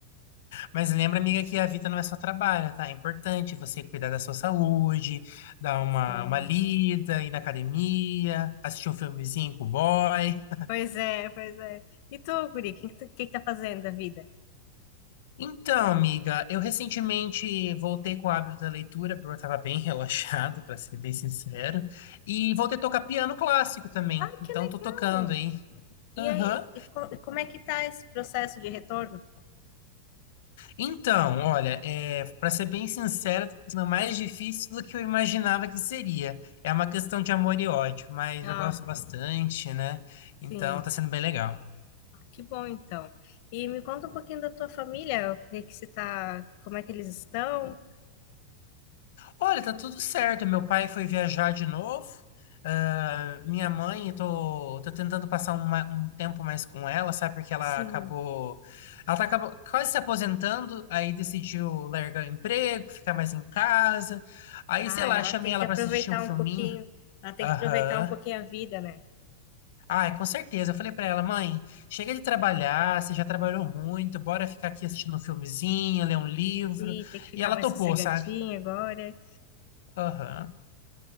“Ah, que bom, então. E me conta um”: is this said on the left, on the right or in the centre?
Left